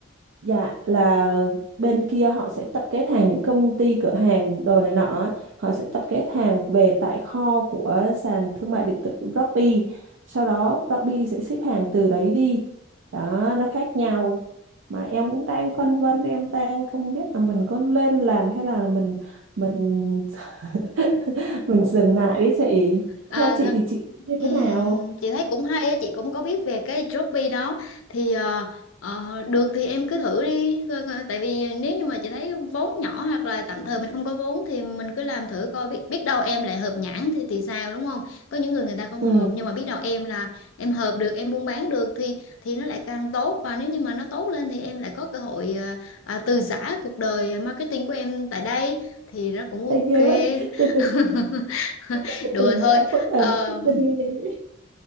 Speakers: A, on the right; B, on the left.
A: Dạ là bên kia họ sẽ tập kết hàng những công ty cửa hàng đồ này nọ á, họ sẽ tập kết hàng về tại kho của sàn thương mại điện tử Shopee sau đó Shopee sẽ ship hàng từ đấy đi đó nó khác nhau mà em cũng đang phân vân em đang không biết là mình có lên làm hay là mình mình <laughs> mình dừng lại đấy chị
B: À,
A: theo chị
B: thật
A: thì chị như
B: ừm,
A: thế nào
B: chị thấy cũng hay á chị cũng có biết về cái Shopee đó thì ờ, ờ, được thì em cứ thử đi Coi- coi- tại vì nếu như mà chị thấy vốn nhỏ hoặc là tạm thời mình không có vốn thì mình cứ làm thử coi biết biết đâu em lại hợp nhãn thì thì sao đúng không có những người người ta không
A: ừ
B: hợp nhưng mà biết đâu em là em hợp được em buôn bán được thì thì nó lại càng tốt và nếu như mà nó tốt lên thì em lại có cơ hội ờ, à, từ giã cuộc đời ờ, marketing của em tại đây thì nó cũng ok
A: Anh ghê vậy từ từ
B: <laughs>
A: thì em
B: đùa
A: từng
B: thôi
A: giải quốc tế
B: Ờ,
A: marketing như